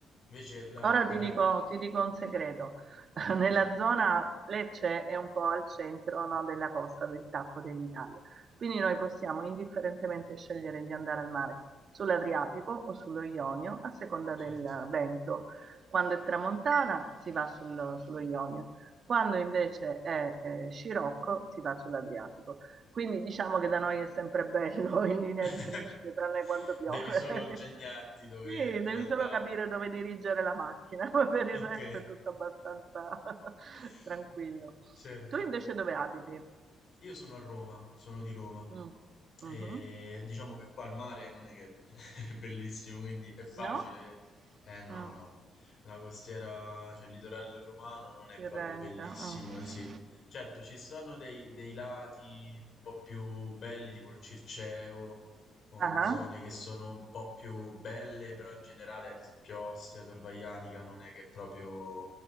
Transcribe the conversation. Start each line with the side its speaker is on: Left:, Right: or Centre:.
Left: Invece la,
Right: Ora
Left: la...
Right: ti dico, ti dico un segreto. <laughs>
Left: Vai,
Right: Nella zona Lecce è un po' al centro, no, della costa del Tacco dell'Italia, quindi noi possiamo indifferentemente scegliere di andare al mare sull'Adriatico o sullo Ionio a seconda
Left: certo.
Right: del vento. Quando è tramontana si va sul- sullo Ionio, quando invece è eh, scirocco si va sull'Adriatico. Quindi diciamo che da noi è sempre bello <laughs> in linea
Left: <laughs>
Right: di principio, tranne quando piove.
Left: Devi solo ingegnarti
Right: <laughs>
Left: dove,
Right: Sì,
Left: dove
Right: devi
Left: andare.
Right: solo capire dove dirigere la macchina, <laughs> ma per il
Left: Ok.
Right: resto è tutto abbastanza <laughs>
Left: <laughs>
Right: tranquillo.
Left: Certo.
Right: Tu invece dove abiti?
Left: Io sono a Roma, sono di Roma
Right: Mm, mhm.
Left: e diciamo che qua il mare non è che <laughs> è bellissimo, quindi è facile.
Right: No?
Left: Eh no,
Right: Mm.
Left: no, la costiera, cioè il litorale romano non è
Right: Tirrenica.
Left: proprio bellissimo,
Right: mm.
Left: sì. Certo, ci sono dei, dei lati un po' più belli, tipo il Circeo, o
Right: Ah,
Left: zone
Right: ah.
Left: che sono un po' più belle, però in generale, ad esempio Ostia, Torvaianica, non è che è proprio